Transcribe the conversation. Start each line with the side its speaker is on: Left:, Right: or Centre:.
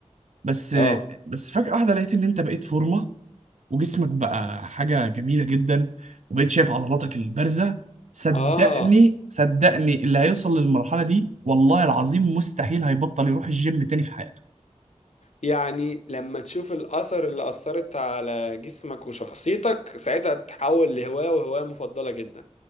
Right: بس آه،
Left: اه
Right: بس فجاه واحده لقيت ان انت بقيت فورمه وجسمك بقى حاجة جميلة جدا وبقيت شايف عضلاتك البارزة صدقني
Left: اه
Right: صدقني اللي هيوصل للمرحلة دي والله العظيم مستحيل هيبطل يروح الجيم تاني في حياته
Left: يعني لما تشوف الأثر اللي أثرت على جسمك وشخصيتك ساعتها تتحول لهواية وهواية مفضلة جدا